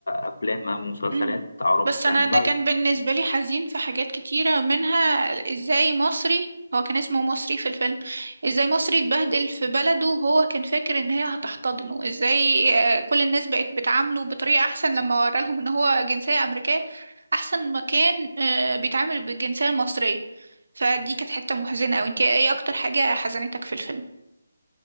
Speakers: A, on the left (about 80°); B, on the right (about 75°).
A: افلام او مسلسلات
B: مم.
A: عربي
B: بس انا
A: يعني
B: ده كان بالنسبه لي حزين في حاجات كتيره منها ازاي مصري هو كان اسمه مصري في الفيلم ازاي مصري اتبهدل في بلده وهو كان فاكر ان هي هتحتضنه ازاي آه، كل الناس بقت بتعامله بطريقه احسن لما ورا لهم ان هو جنسيه امريكيه احسن ما كان آه، بيتعامل بالجنسيه المصريه فدي كانت حته محزنه قوي انت ايه اكتر حاجه حزنتك في الفيلم